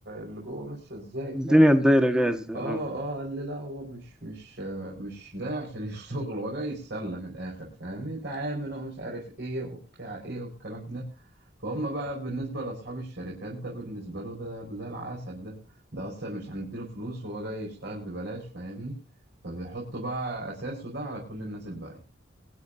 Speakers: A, on the right (about 60°); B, in the centre.
A: اللي جوه ماشيه ازاي فاهم
B: الدنيا الدايرة جاهزة
A: اه
B: اه
A: اه قال لي لا هو مش مش آه، مش جاي عشان <laughs> الشغل هو جاي يتسلى من الاخر فاهمني تعامل ومش عارف ايه وبتاع ايه والكلام ده فهم بقى بالنسبه لاصحاب الشركات ده بالنسبه له ده, ده زي العسل ده ده اصلا مش هنديله فلوس هو جاي يشتغل ببلاش فاهمني فبيحطوا بقى اساسه ده على كل الناس الباقيه